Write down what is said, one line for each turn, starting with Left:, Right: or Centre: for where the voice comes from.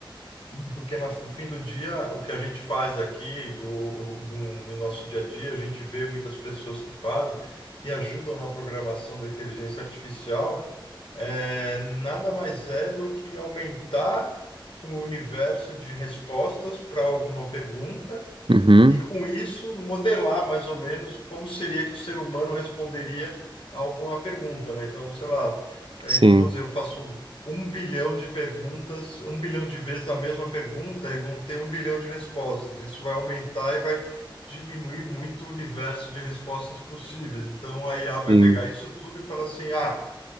Left: Porque na- no fim do dia, o que a gente faz aqui, o, o- no, no nosso dia a dia, a gente vê muitas pessoas que fazem e ajudam na programação da inteligência artificial, é, nada mais é do que aumentar o universo de respostas para alguma pergunta
Right: uhum,
Left: e, com isso, modelar mais ou menos como seria que o ser humano responderia a alguma pergunta, né? Então, sei lá, a
Right: sim,
Left: gente, vamos dizer, eu faço um bilhão de perguntas, um bilhão de vezes a mesma pergunta e vão ter um bilhão de respostas. Isso vai aumentar e vai diminuir muito o universo de respostas possíveis. Então, a IA vai
Right: sim.
Left: pegar isso tudo e falar assim, ah,